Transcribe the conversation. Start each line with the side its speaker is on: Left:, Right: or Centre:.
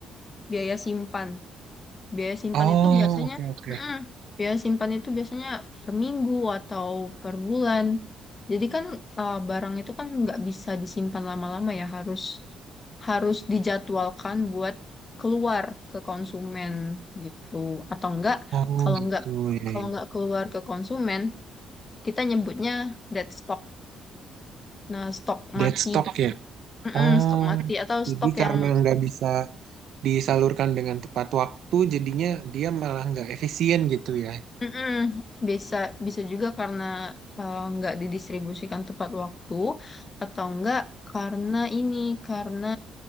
Left: biaya simpan Biaya simpan
Right: Oh
Left: itu biasanya,
Right: oke oke.
Left: mm, biaya simpan itu biasanya per minggu atau per bulan. Jadi kan uh, barang itu kan nggak bisa disimpan lama-lama ya, harus harus dijadwalkan buat keluar ke konsumen gitu. Atau enggak,
Right: Oh
Left: kalau
Right: gitu
Left: enggak
Right: ya.
Left: kalau
Right: ya.
Left: enggak keluar ke konsumen, kita nyebutnya dead stock. Nah, stok mati.
Right: Dead stock ya.
Left: Mm-mm,
Right: Oh
Left: stok mati atau
Right: jadi
Left: stok
Right: karena
Left: yang
Right: nggak bisa disalurkan dengan tepat waktu, jadinya dia malah nggak efisien gitu ya.
Left: Mm-mm. Bisa bisa juga karena eh, nggak didistribusikan tepat waktu atau enggak karena ini karena